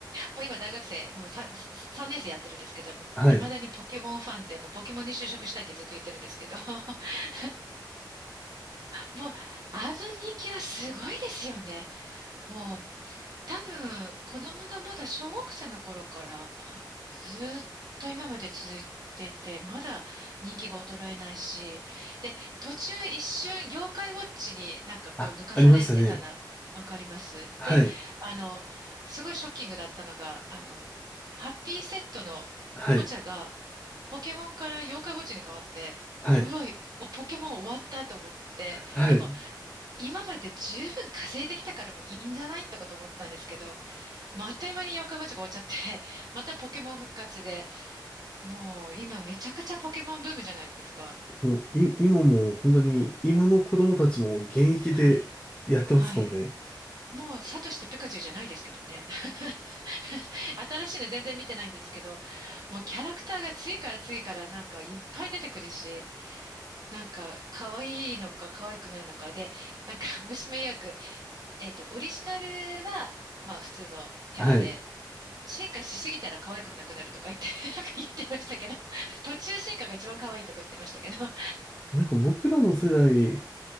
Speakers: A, on the right (about 55°); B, on the left (about 15°).
A: もう今大学生、もう 3, 3年生やってるんですけども、
B: はい。
A: いまだにポケモンファンで、もうポケモンに就職したいってずっと言ってるんですけど、<laughs> もう、あの人気はすごいですよね。もう、多分、子供がまだ小学生の頃からはずーっと今まで続いていて、まだ人気が衰えないし、で、途中一瞬妖怪ウォッチになんかこう抜かされてたの、
B: あ、ありましたね。
A: わかりますで、
B: はい、
A: あの、すごいショッキングだったのが、あの、ハッピーセットのおもちゃが
B: はい、
A: ポケモンから妖怪ウォッチに変わって、
B: はい、
A: うわ、ポケモン終わったと思って、
B: はい。
A: でも今まで十分稼いできたからもういいんじゃないとかと思ってたんですけど、もうあっという間に妖怪ウォッチが終わっちゃって、<laughs> またポケモン復活で、もう今めちゃくちゃポケモンブームじゃないですか。
B: もう、い、今もう本当に、今の子供たちも現役でやってますもんね。
A: はい。はい。もうサトシとピカチュウじゃないですけどね。<laughs> 新しいの全然見てないんですけど、もうキャラクターが次から次からなんかいっぱい出てくるし、なんか可愛いのか可愛くないのかで、なんか <laughs> 娘曰く、えっと、オリジナルは、まあ普通のキャラで、
B: はい。
A: 進化しすぎたら可愛くなくなるとか言って、<laughs> なんか言ってましたけど、<laughs> 途中進化が一番可愛いとか言ってましたけど。<laughs>
B: なんか僕らの世代